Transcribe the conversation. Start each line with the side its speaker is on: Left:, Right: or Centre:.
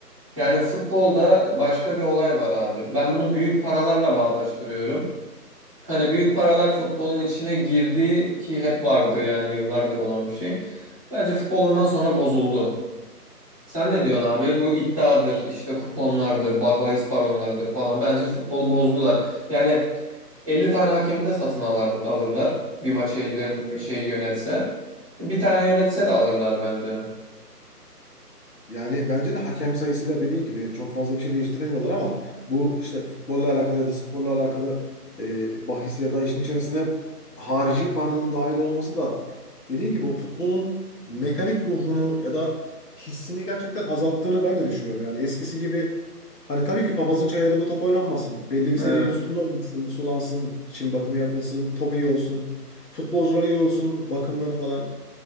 Right: Yani futbolda başka bir olay var abi. Ben bunu büyük paralarla bağdaştırıyorum. Hani büyük paralar futbolun içine girdiği ki hep vardı yani yıllardır olan bir şey. Bence futbol ondan sonra bozuldu. Sen ne diyorsun
Left: Ya
Right: abi? Bu iddiadır, işte kuponlardır, ba- bahis baronlarıdır falan. Bence futbolu bozdular. Yani 50 tane hakemi de satın alar, alırlar. Bir maçı 50
Left: aynen öyle.
Right: şey yönetse. Bir tane yönetse de alırlar bence.
Left: Yani bence de hakem sayısıyla dediğin gibi çok fazla bir şey değiştiremiyorlar ama bu işte futbolla alakalı ya da sporla alakalı e, bahis ya da işin içerisine harici paranın dahil olması da dediğin gibi o futbolun mekanik ruhunu ya da hissini gerçekten azalttığını ben de düşünüyorum. Yani eskisi gibi hani tabii ki papazın çayırında top oynanmasın. Belli bir
Right: Evet.
Left: seviyenin üstünde olmasın, sulansın, çim bakımı yapılsın, top iyi olsun, futbolcular iyi olsun, bakımları falan.